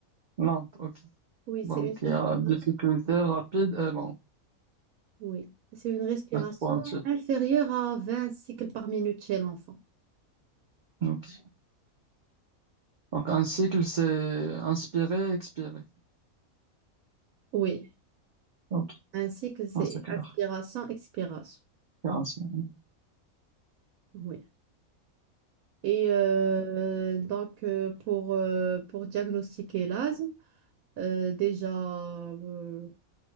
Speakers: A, on the right; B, on the right.
A: lente ok
B: Oui,
A: donc
B: c'est une
A: il
B: respiration.
A: y a difficulté rapide et lente
B: Oui, c'est une respiration
A: les trois types
B: inférieure à 20 cycles par minute chez l'enfant.
A: Ok. donc un cycle c'est inspirer expirer
B: Oui,
A: ok
B: ainsi que c'est
A: Ah, c'est clair
B: inspiration, expiration.
A: Intéressant.
B: Oui. Et euh, donc, euh, pour, euh, pour diagnostiquer l'asthme, euh, déjà, euh,